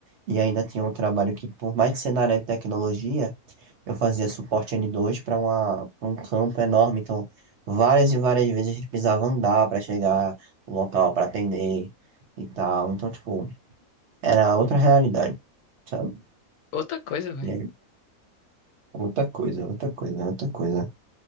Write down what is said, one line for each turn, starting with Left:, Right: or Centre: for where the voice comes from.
Right: e ainda tinha um trabalho que, por mais que ser na área de tecnologia, eu fazia suporte n dois para uma, pra um campo enorme. Então, várias e várias vezes a gente precisava andar para chegar no local para atender e tal. Então, tipo, era outra realidade, sabe?
Left: outra coisa, velho.
Right: E aí, outra coisa, outra coisa, outra coisa.